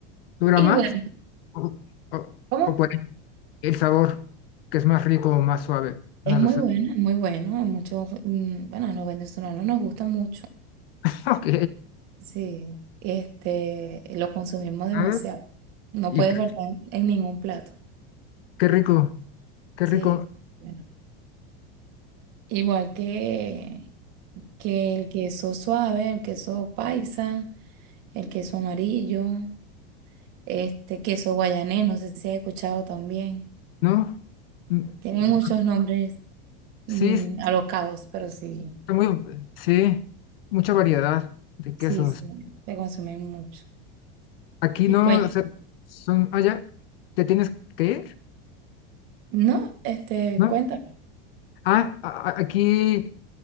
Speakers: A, on the left; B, on the right.
A: ¿dura
B: Y
A: más?
B: bueno,
A: ¿O, o,
B: ¿cómo?
A: o por el sabor, que es más rico o más suave,
B: Es
A: no
B: muy
A: lo sé.
B: bueno, es muy bueno. Hay mucho, mm, bueno, a los venezolanos nos gusta mucho.
A: <laughs> Ok,
B: Sí, este, lo consumimos demasiado.
A: ¿sabes?
B: No
A: Y
B: puede
A: qué,
B: faltar en ningún plato.
A: qué rico, qué
B: Sí,
A: rico,
B: bueno. Igual que, que el queso suave, el queso paisa, el queso amarillo. este queso guayanés, no sé si has escuchado también.
A: ¿no? Mm,
B: Tienen
A: mm,
B: muchos nombres mm,
A: Sí, es-
B: alocados, pero sí,
A: está muy, sí, mucha variedad de
B: sí,
A: quesos.
B: sí, se consumen mucho.
A: Aquí
B: Y
A: no,
B: cuen-
A: o sea, son, allá, te tienes que ir,
B: no, este,
A: ¿no?
B: cuéntame.
A: Ah, a- a- aquí